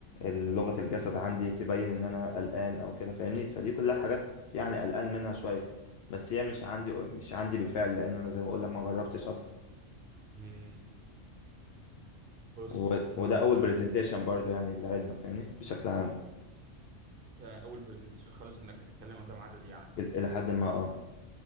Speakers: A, on the left (about 60°); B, on the right (about 50°).
A: لغة الجسد عندي تبين ان انا قلقان او كده فاهمني فدي كلها حاجات يعني قلقان منها شوية بس هي مش عندي مش عندي بالفعل لان انا زي ما بقولك ما جربتش اصلا
B: مم. بص
A: و...
B: هو
A: وده اول برزنتيشن برضو يعني لعلمك فاهمني بشكل عام
B: في اول برزنتيشن خالص انك هتتكلم قدام عدد يعني
A: ال- الى حد ما اه